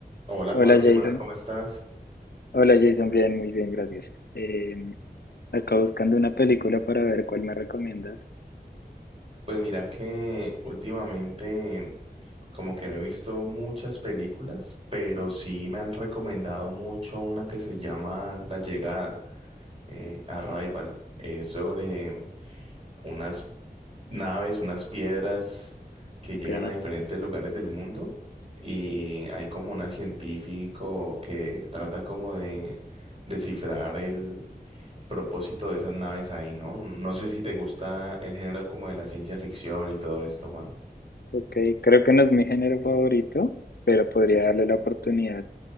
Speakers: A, on the right; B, on the left.
A: Hola
B: Hola
A: Juan, ¿qué
B: Jason,
A: más? ¿Cómo estás?
B: hola Jason, bien, muy bien, gracias. Eh, acá buscando una película para ver cuál me recomiendas.
A: Pues mira que últimamente como que no he visto muchas películas, pero sí me han recomendado mucho una que se llama La Llegada, eh, Arrival. Es sobre unas naves, unas piedras que
B: Ok,
A: llegan a diferentes lugares del mundo y hay como un científico que trata como de descifrar propósito de esas naves ahí, ¿no? No sé si te gusta el género como de la ciencia ficción y todo esto, Juan.
B: ok, creo que no es mi género favorito, pero podría darle la oportunidad.